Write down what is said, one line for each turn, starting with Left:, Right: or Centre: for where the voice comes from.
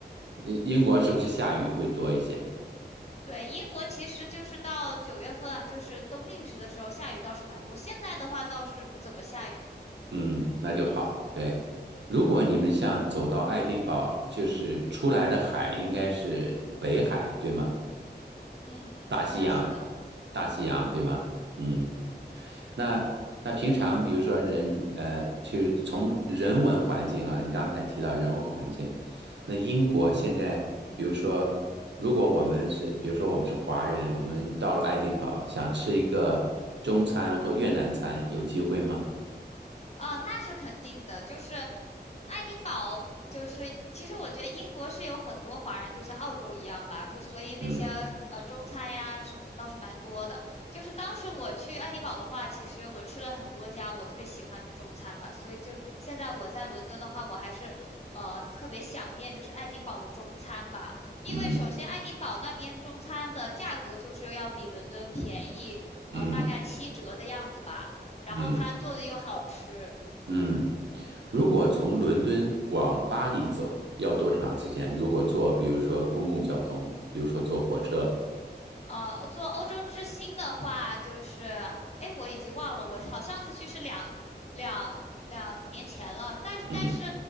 Right: 英英国是不是下雨会多一些？
Left: 对，英国其实就是到九月份啊，就是冬令时的时候下雨倒是蛮多，现在的话倒是不怎么下雨。
Right: 嗯，那就好。对，如果你们像走到爱丁堡，就是出来的海应该是北海，对吗？
Left: 嗯，
Right: 大西洋，
Left: 好像是的。
Right: 大西洋，
Left: 嗯。
Right: 对吗？嗯，那那平常比如说人呃，就是从人文环境啊，你刚才提到人文环境，那英国现在比如说，如果我们是比如说我们是华人，我们到了爱丁堡想吃一个中餐或越南餐，有机会吗？
Left: 啊，那是肯定的，就是爱丁堡，就是其实我觉得英国是有很多华人，就像澳洲一样吧，就所以那些呃中餐呀什么的倒是蛮多的。
Right: 嗯
Left: 就是当时我去爱丁堡的话，其实我吃了很多家我特别喜欢的中餐吧，所以就现在我在伦敦的话，我还是呃特别想念就是爱丁堡的中餐吧，因为首先爱丁堡那边中餐的价格就是要比伦敦便宜，
Right: 嗯
Left: 呃大概七折的样子吧。
Right: 嗯
Left: 然后它做的又好吃，
Right: 嗯嗯，
Left: 嗯，
Right: 如果从伦敦往巴黎走，要多长时间？如果坐，比如说公共交通，比如说坐火车，
Left: 呃，做欧洲之星的话，就是，哎，我已经忘了，我好上次去是两两两年前了，但是但是，
Right: 嗯